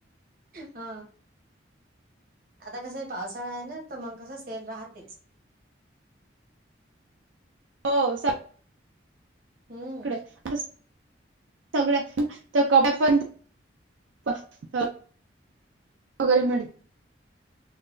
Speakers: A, on the right (about 50°); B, on the right (about 80°).
A: हा आता कस पावसाळा आहे ना तर मग कस. ते राहतेच.
B: हो स
A: हम्म
B: इकडे आतस सगळ्या तर क पण <unintelligible> वगैरे मिळते.